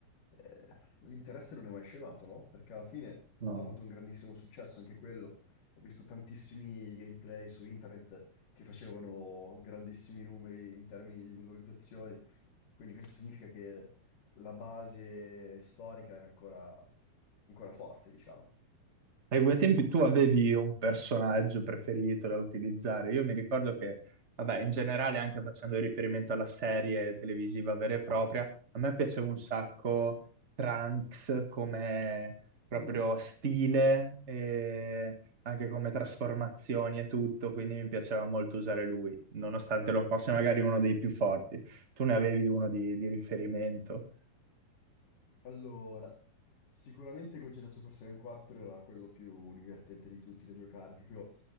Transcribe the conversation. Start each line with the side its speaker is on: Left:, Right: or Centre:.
Left: eh, l'interesse non è mai scemato, no? Perché alla fine
Right: No.
Left: ha avuto un grandissimo successo anche quello. Ho visto tantissimi gameplay su internet che facevano grandissimi numeri in termini di visualizzazioni. Quindi questo significa che la base storica era ancora, ancora forte, diciamo.
Right: Ai quei tempi tu avevi un personaggio preferito da utilizzare. Io mi ricordo che, vabbè, in generale, anche facendo riferimento alla serie televisiva vera e propria, a me piaceva un sacco Trunks come proprio
Left: Mm.
Right: stile e anche come trasformazioni e tutto, quindi mi piaceva molto usare lui, nonostante non fosse magari uno dei più forti. Tu ne avevi uno di, di riferimento,
Left: Allora, sicuramente Gogeta Super Saiyan 4 era quello più divertente di tutti da giocare, proprio